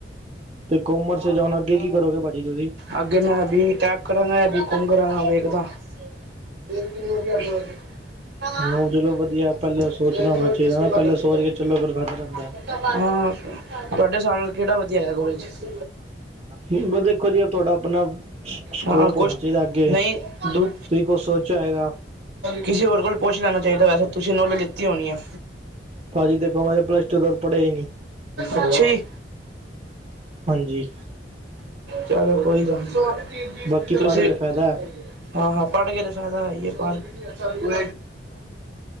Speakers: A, on the right (about 35°); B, on the right (about 65°).
A: ਤੇ ਕੋਮਰਸ ਚ ਹੁਣ ਅੱਗੇ ਕੀ ਕਰੋਗੇ ਭਾਜੀ ਤੁਸੀਂ।
B: ਅੱਗੇ ਮੈਂ ਬੀ ਟੈਕਾਂ ਕਰਾਂਗਾ ਜਾਂ ਬੀ ਕੌਮ ਕਰਾਂਗਾ ਵੇਖਦਾ। ਇਹ ਕਿ <unintelligible>
A: ਹਾਂ ਚਲੋ ਵਧੀਆ ਪਹਿਲਾਂ ਸੋਚਣਾ
B: ਲਗਦੀ
A: ਹੋਣਾ
B: ਲੱਗਦੀ
A: ਚਾਹੀਦਾ
B: ਸੇਵਾ
A: ਨਾ ਪਹਿਲਾਂ
B: ਕਰਦੇ
A: ਸੋਚ
B: ਪਏ
A: ਕੇ ਚਲੋ ਫਿਰ ਫਾਇਦਾ ਰਹਿੰਦਾ।
B: ਆ, ਤੁਹਾਡੇ ਸਾਬ ਕਿਹੜਾ ਵਧੀਆ ਹੈਗਾ, ਕੋਰਸ
A: ਬ ਦੇਖੋ ਜੀ ਤੁਹਾਡਾ ਆਪਣਾ ਸਕੋਪ
B: ਹਾਂ ਕੁਛ
A: ਹੋਣਾ ਚਾਹੀਦਾ ਅੱਗੇ
B: ਨਹੀਂ, ਦ
A: ਤੁਸੀਂ ਕੁਛ ਸੋਚਿਆ ਹੋਏਗਾ
B: ਕਿਸੀ ਹੋਰ ਕੋਲ ਪੁੱਛ ਲੈਣਾ ਚਾਹੀਦਾ ਵੈਸੇ, ਤੁਸੀਂ ਨੌਲੇਜ ਲਿਤੀ ਹੋਣੀ ਆ।
A: ਭਾਜੀ ਦੇਖੋ ਮੈਂ ਪਲੱਸ ਟੂ ਤੋਂ ਪੜ੍ਹਿਆ ਹੀ ਨਹੀਂ
B: ਅੱਛੀ
A: ਹਾਂਜੀ
B: ਚਲੋ ਕੋਈ ਗੱਲ ਨੀ,
A: ਬਾਕੀ
B: ਤੁਸੀਂ
A: ਪੜ੍ਹ ਕੇ ਫਾਇਦਾ
B: ਹਾਂ ਹਾਂ ਪੜ੍ਹ ਕੇ ਤੇ ਫਾਇਦਾ ਹੀ ਹੈ, ਪਰ ਪਿਆਰ